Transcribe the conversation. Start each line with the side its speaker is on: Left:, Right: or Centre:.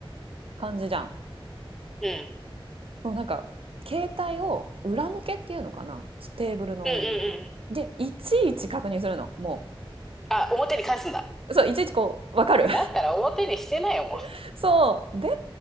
Right: 感じじゃん。
Centre: うん。
Right: もうなんか携帯を裏向けっていうのかなテーブルの上に。
Centre: うんうんうん。
Right: でいちいち確認するのも
Centre: あ、表に返すんだ。
Right: うそういちいちこうわかる
Centre: もうだったら表にしてないよ、もう。
Right: <laughs> そうで